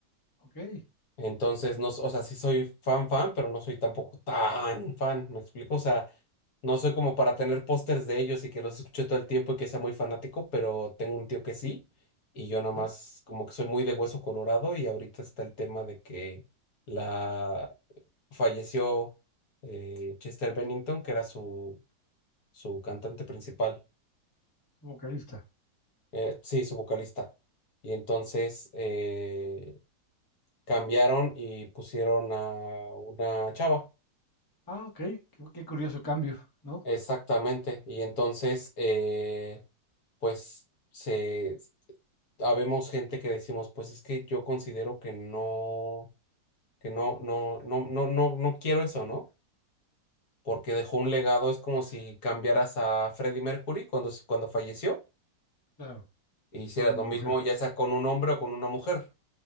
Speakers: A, on the left; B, on the left.
A: ok.
B: Entonces, no, s- o sea, sí soy fan, fan, pero no soy tampoco tan fan, ¿me explico? O sea, no soy como para tener pósters de ellos y que los escuche todo el tiempo y que sea muy fanático, pero tengo un tío que sí, y yo nada
A: Ajá,
B: más como que soy muy de hueso colorado y ahorita está el tema de que la falleció eh, Chester Bennington, que era su, su cantante principal.
A: vocalista.
B: eh, sí, su vocalista. Y entonces eh, cambiaron y pusieron a una chava.
A: Ah, okey, qué qué curioso cambio, ¿no?
B: Exactamente. Y entonces, eh, pues, se habemos gente que decimos, pues es que yo considero que no, que no, no, no, no, no, no quiero eso, ¿no? Porque dejó un legado, es como si cambiaras a Freddie Mercury cuando, se- cuando falleció
A: Claro,
B: e hicieras
A: para una
B: lo
A: mujer.
B: mismo, ya sea con un hombre o con una mujer.